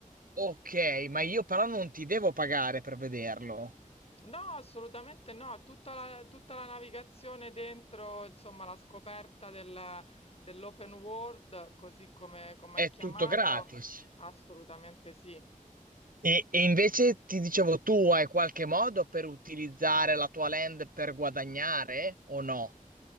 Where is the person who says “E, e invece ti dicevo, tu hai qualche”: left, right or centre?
Right